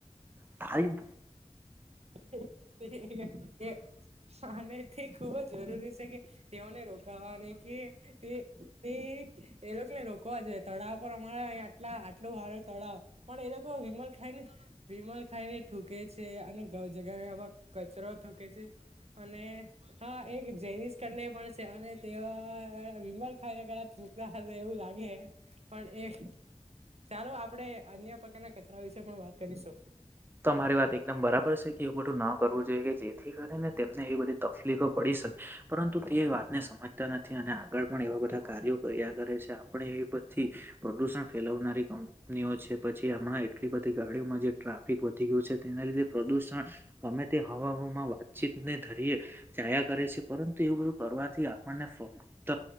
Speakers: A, on the right; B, on the right.
A: ટાઈમ
B: એ એથી અહીંયા એ અને તે ખુબ જ જરૂરી છે કે તેઓને રો કાને કે તે તે એ લોકોને રોકવા જોઈએ તળાવ પર અમારે અહી આટલા આટલું સારું તળાવ પણ એ લોકો વિમલ ખાઈ ને વિમલ ખાઈ ને થૂકે છે અને ગા જગા કચરો થૂકે છે અને હા એક જેનીસ કનને પણ અને તેવા વિમલ. ખાય થૂકતા હશે એવું લાગે પણ એ. ચાલો આપડે અન્ય પ્રકારના કચરા વિશે પણ વાત કરીશું.
A: તો મારી વાત એકદમ બરાબર છે કે એવું ખટું ન કરવું જોઈએ કે જે. કરીને તેમને એ બધી તકલીફો પડી શકે પરંતુ તે વાતને સમજતા નથી અને આગળ પણ એ. કાર્યો કર્યા કરે છે આપણે એવી બધી પ્રદુષણ ફેલાવનારી. કંપનીઓ છે પછી હમણાં એટલી બધી ગાડીઓમાં જે ટ્રાફિક વધી ગયું છે તેના લીધે પ્રદુષણ. ગમે તે હવામાં વાતચીતને ધરીયે જાયા કરે છે પરંતુ એવું બધું. કરવાથી આપણને ફક્ત